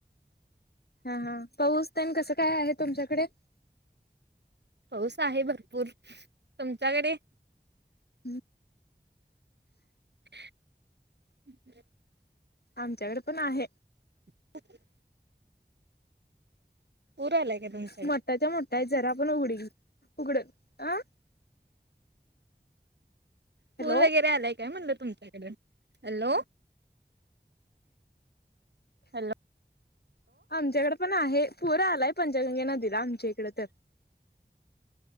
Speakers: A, on the left (about 65°); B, on the right (about 80°).
A: हा हा पाऊसता कसं काय आहे तुमच्याकडे
B: पाऊस आहे भरपूर तुमच्याकडे
A: हम्
B: हम्
A: आमच्याकडे पण आहे
B: क उरालागे तुम
A: मोठाच्या मोठा जरा आपण उघड उघड अ
B: पूर
A: हॅलो
B: वगैरे आलाय काय म्हणलं तुमच्याकडे हॅलो हॅलो
A: आमच्याकडे पण आहे पूर आलाय पंचगंगे नदीला आमच्या इकडे तर